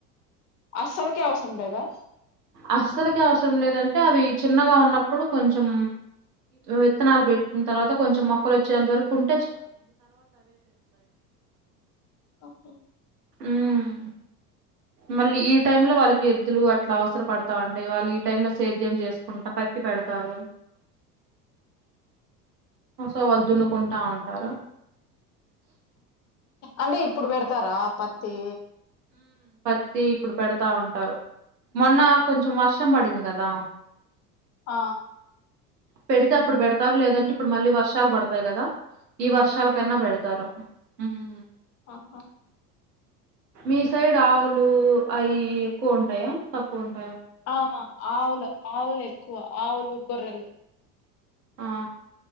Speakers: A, on the left (about 35°); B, on the right (about 80°).
A: అస్సలుకే అవసరం లేదా
B: అస్సలుకే అవసరం లేదంటే అవి చిన్నగా ఉన్న అప్పుడు కొంచెం విత్తనాలు పెట్టిన తర్వాత కొంచెం మొక్కలు వచ్చేంత వరకు ఉం
A: ఆహా
B: ఉమ్ మళ్ళీ ఈ టైమ్ లో వాళ్ళకి ఎద్దులు అట్లా అవసర పడతా ఉంటాయి వాళ్ళు ఈ టైమ్ లో సేద్యం చేసుకుంటా ప టి పెడతారు సో వాళ్ళు దున్నుకుంటా ఉంటారు
A: అంటే ఇప్పుడు పెడతారా పత్తి
B: త్తి ఇప్పుడు పెడతా ఉంటారు మొన్న కొంచెం వర్షం పడింది కదా
A: ఆ
B: పెడితే అప్పుడు పెడతారు లేదంటే ఇప్పుడు మళ్ళీ వర్షాలు పడతాయి కదా ఈ వర్షాల కన్నా పెడతారు ఊహూ
A: ఆహా
B: మీ సైడ్ ఆవులు అవి ఎక్కువ ఉంటాయా తక్కువ ఉంటా
A: ఆ ఆవులు ఆవులే ఎక్కువ ఆవులు గొర్రెలు
B: ఆ